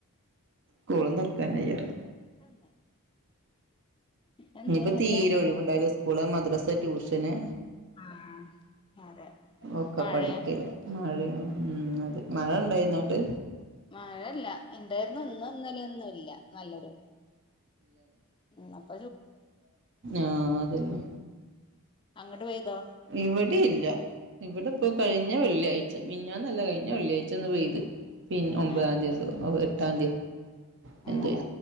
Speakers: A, on the right; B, on the left.
A: കോളധർ ക്കാനായിറ്
B: പെട്ടെന്ന് എന്തേല്ല
A: ഇനിയിപ്പോ തീരെ ഒഴിവുണ്ടായാലോ കുളം മദ്രാസ് ട്യൂഷന്
B: ആഹ് അതെ
A: ഒക്കെ
B: മഴയാ
A: പഠിക്ക മഴ ഉം അത മഴ ഉണ്ടായി ഇന്നോട്ട്
B: മഴല്ല എന്തായിരുന്നു ഒന്നും ഒന്നല്ല ഒന്ന ഇല്ല നല്ലൊരു ഇ
A: ആഹ അതന്നെ
B: അങ്ങട്ട് പെയ്തോ
A: ഇവിടെ ഇല്ല ഇവിടെ ഇപ്പൊ കഴിഞ്ഞ വെള്ളിയാഴ്ച മിഞ്ഞാന്നല്ല കഴിഞ്ഞ വെള്ളിയാഴ്ച ഒന്ന് പെയ്ത് പിന്ന ഒമ്പതാം
B: ഏഹ്
A: തീയതി. ഉട്ടദ്യ എന്ത്
B: ഏഹ്